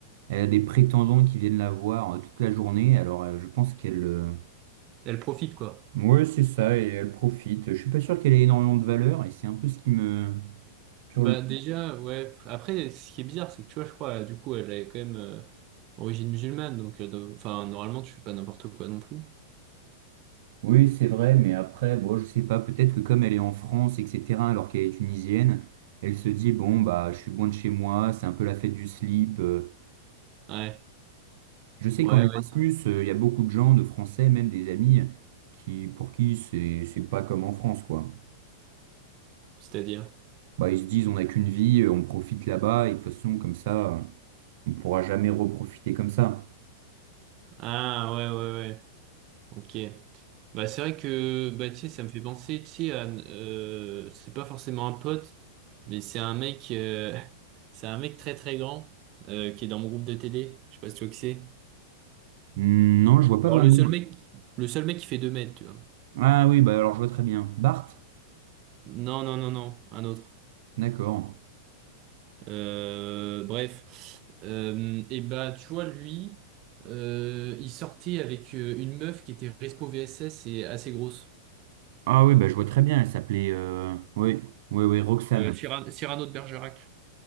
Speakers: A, on the right (about 55°); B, on the right (about 35°).
A: elle a des prétendants qui viennent la voir euh, toute la journée. Alors, euh, je pense qu'elle, euh,
B: Elle profite, quoi.
A: ouais, c'est ça, et elle profite. Je suis pas sûr qu'elle ait énormément de valeur, et c'est un peu ce qui me, Sur
B: Bah
A: le-
B: déjà, ouais. f- Après, ce qui est bizarre, c'est que tu vois, je crois, euh, du coup, elle est quand même euh, origine musulmane, donc, euh, de- enfin, normalement, tu fais pas n'importe quoi non plus.
A: Oui, c'est vrai, mais après, bon, je sais pas, peut-être que comme elle est en France, etc., alors qu'elle est tunisienne, elle se dit, bon, bah, je suis loin de chez moi, c'est un peu la fête du slip. euh.
B: Ouais,
A: Je sais
B: ouais,
A: qu'en Erasmus,
B: ouais.
A: euh, il y a beaucoup de gens, de Français, même des amis, qui, pour qui c'est, c'est pas comme en France, quoi.
B: C'est-à-dire.
A: Bah, ils se disent, on n'a qu'une vie, euh, on profite là-bas, et de toute façon, comme ça, euh, on pourra jamais reprofiter comme ça.
B: Ah, ouais, ouais, ouais. Ok. Bah c'est vrai que, bah tu sais, ça me fait penser, tu sais, à, euh, c'est pas forcément un pote, mais c'est un mec, euh, <laughs> c'est un mec très très grand euh, qui est dans mon groupe de T D Je sais pas si tu vois qui c'est.
A: Hmm, Non, je vois pas
B: Genre
A: vraiment.
B: le seul mec, le seul mec qui fait 2 mètres, tu vois.
A: Ah oui, bah, alors je vois très bien. Bart?
B: Non, non, non, non, un autre.
A: D'accord.
B: Euh, bref, Euh, et bah tu vois lui, euh, il sortait avec euh, une meuf qui était Respo VSS et assez grosse.
A: Ah oui, bah, je vois très bien, elle s'appelait... euh, Oui, oui, oui, Roxane.
B: Euh, Cyrano, Cyrano de Bergerac.